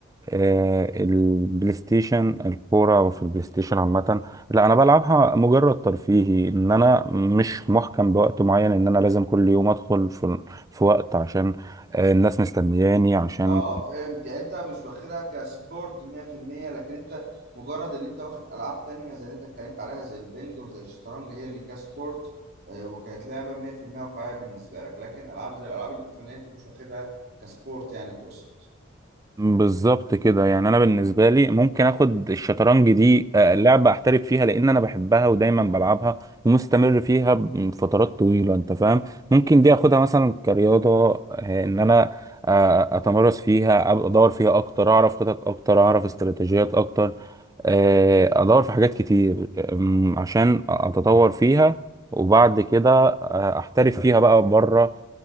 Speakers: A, on the right; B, on the right.
A: آه، البلاي ستيشن الكورة في البلاي ستيشن عامة لا أنا بلعبها مجرد ترفيهي إن أنا مش محكم بوقت معين إن أنا لازم كل يوم أدخل في, في وقت عشان آه، الناس مستنياني عشان
B: اه فهمت يعني انت مش واخدها كسبورت 100% لكن انت مجرد ان انت واخد العاب تانية زي اللي انت اتكلمت عليها زي البنج وزي الشطرنج هي اللي كسبورت آه، وكانت لعبة 100% واقعية بالنسبة لك لكن العاب زي الالعاب الالكترونية انت مش واخدها كسبورت يعني تقصد
A: بالظبط كده يعني انا بالنسبه لي ممكن اخد الشطرنج دي آه، لعبه احترف فيها لان انا بحبها ودايما بلعبها ومستمر فيها فترات طويله انت فاهم ممكن دي اخدها مثلا كرياضه آه، ان انا آه، اتمرس فيها أبقى ادور فيها اكتر اعرف خطط اكتر اعرف استراتيجيات اكتر آه، ادور في حاجات كتير آم، عشان اتطور فيها وبعد كده آه، احترف فيها بقى بره